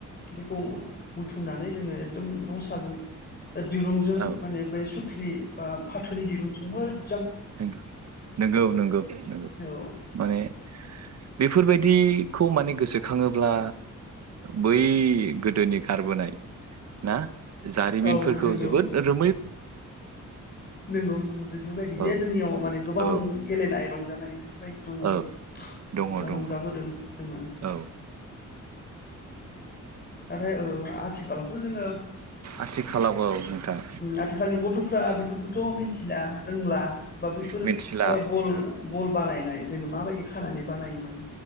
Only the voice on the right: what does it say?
औ
नंगौ नंगौ नंगौ
माने बेफोरबायदिखौ माने गोसोखाङोब्ला बै गोदोनि गारबोनाय ना जारिमिनफोरखौ
जोबोद रो
औ
औ
औ दङ
दङ
औ
आथिखालाव औ नोंथां
मिथिला